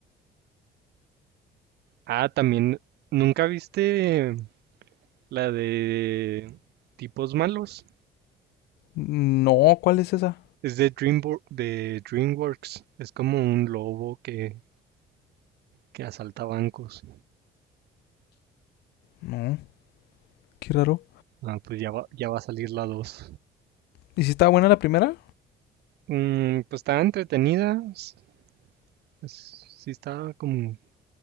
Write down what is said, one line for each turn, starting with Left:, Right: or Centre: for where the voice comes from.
Right: Ah, también, ¿nunca viste la de tipos malos?
Left: No, ¿cuál es esa?
Right: Es de Dreamworks, de DreamWorks. Es como un lobo que, que asalta bancos.
Left: No, qué raro.
Right: Ah, pues ya va, ya va a salir la 2.
Left: ¿Y si estaba buena la primera?
Right: Mm, pues está entretenida. s- es- sí está como,